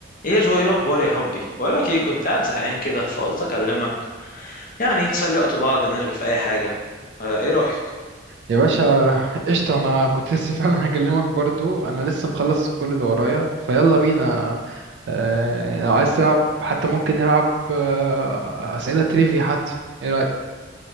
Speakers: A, on the left; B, on the right.
A: ايه يا جو ايه الاخبار يا حبي بقول لك ايه كنت قاعد زهقان كده فقلت اكلمك يعني نسلي وقت بعض نرغي في اي حاجه آه ايه رايك
B: يا باشا قشطة أنا كنت لسه <laughs> فعلا هكلمك برضو أنا لسه مخلص كل اللي ورايا فيلا بينا آه، لو عايز تلعب حتى ممكن نلعب آه، أسئلة تريفي حتى إيه رأيك